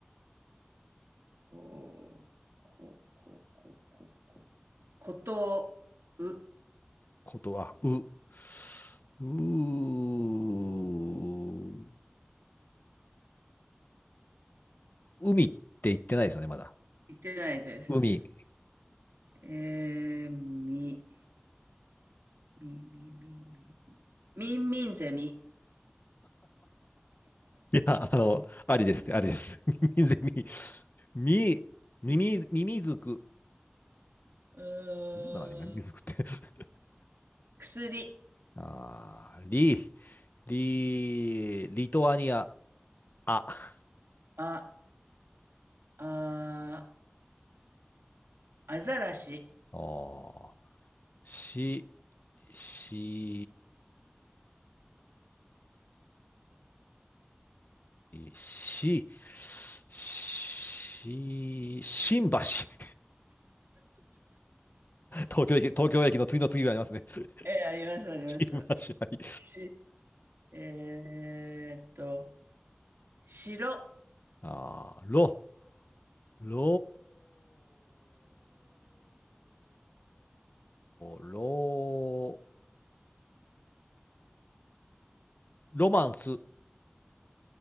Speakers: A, on the right (about 85°); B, on the left (about 50°).
A: こう、こう、こう、こう、こう、こう。ことう。
B: こと、はう、う、う、海って言ってないですよね、まだ。
A: 言ってないです。
B: 海。
A: えー、み、み、み、み、み。みんみんゼミ。
B: いや、あの、ありですって、ありです。<laughs> 耳ゼミ。み、耳、耳づく。
A: うーん。
B: いるんだな、今、耳づくって。<laughs>
A: 薬。
B: ああ、り、リ、リトアニア。あ、
A: あ、あ、アザラシ。
B: ああしし、し、し、し、新橋。<laughs> 東京駅、東京駅の次の次ぐらいありますね。<laughs>
A: えー、あります、あります。
B: 新橋、はい。
A: し、えーっと、白。
B: ああ、ろ、ろ、ろ、ロマンス。